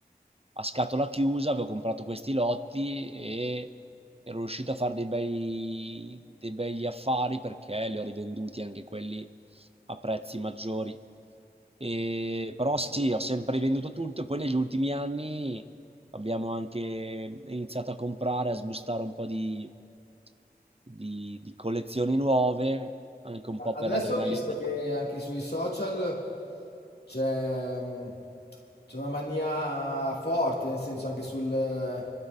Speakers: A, on the right; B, on the left.
A: a scatola chiusa avevo comprato questi lotti e ero riuscito a fare dei bei, dei begli affari perché li ho rivenduti anche quelli a prezzi maggiori. E- però sì, ho sempre venduto tutto e poi negli ultimi anni abbiamo anche iniziato a comprare, a sbustare un po' di, di- di collezioni nuove anche un po'
B: Adesso
A: per l'adrenalina.
B: ho visto che anche sui social c'è mh, c'è una mania forte, nel senso anche sul, eh,